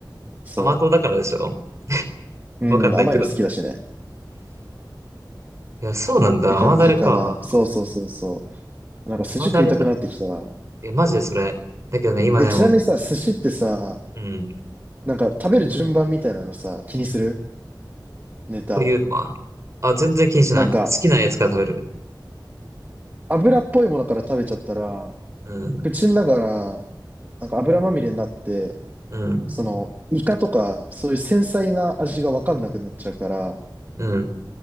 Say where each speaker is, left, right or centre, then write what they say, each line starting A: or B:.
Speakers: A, on the right (about 25°); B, on the right (about 40°).
A: そ
B: 甘党だからでしょ
A: う。うん、
B: わかんないけど。
A: 甘いの好きだしね。
B: いや、そうなんだ。
A: って感じかな。
B: 甘だれか。
A: そうそうそうそう。なんか寿司食いたくなってきたな。
B: 甘だれだ。いや、マジでそれ。だけどね、今ね、
A: え、ちなみにさ、
B: もう、
A: 寿司ってさ、
B: うん。
A: なんか食べる順番みたいなのさ、気にするネタを。
B: というのは、あ、全然気にしない。
A: なんか、
B: 好きなやつから食べる。
A: 油っぽいものから食べちゃったら、
B: うん、
A: 口の中らなんか油まみれになって、
B: うん、
A: その、イカとか、そういう繊細な味がわかんなくなっちゃうから、
B: うん。